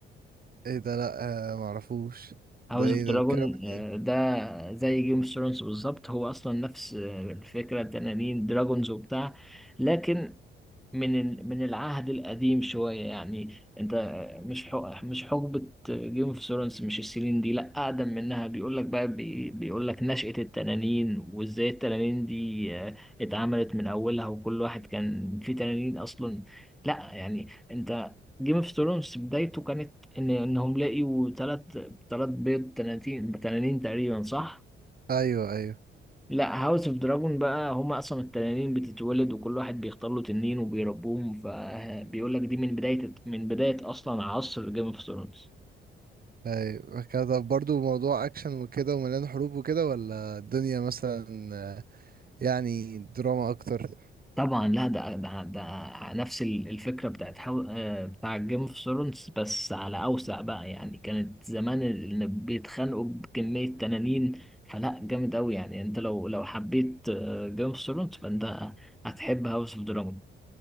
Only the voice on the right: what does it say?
ايه ده لأ آه، معرفوش
ده ايه
ده بيتكلم عن ايه؟
أيوه أيوه
ايوه كده برضو موضوع اكشن وكده ومليان حروب وكده ولا الدنيا مثلا آه، يعني دراما اكتر